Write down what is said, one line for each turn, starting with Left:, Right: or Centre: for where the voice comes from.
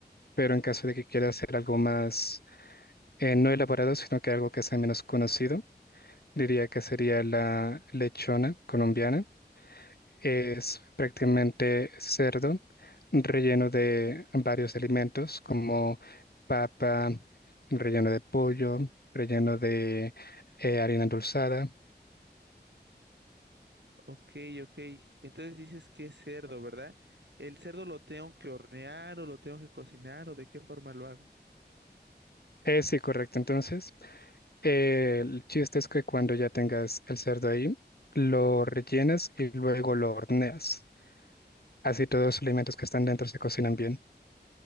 Left: Pero en caso de que quiera hacer algo más, eh, no elaborado, sino que algo que sea menos conocido, diría que sería la lechona colombiana es prácticamente cerdo relleno de varios alimentos como papa, relleno de pollo, relleno de eh, harina endulzada.
Right: Ok, ok. Entonces dices que es cerdo, ¿verdad? ¿El cerdo lo tengo que hornear o lo tengo que cocinar o de qué forma lo hago?
Left: Eh, sí, correcto. Entonces, eh, el chiste es que cuando ya tengas el cerdo ahí, lo rellenas y luego lo horneas. Así todos los alimentos que están dentro se cocinan bien.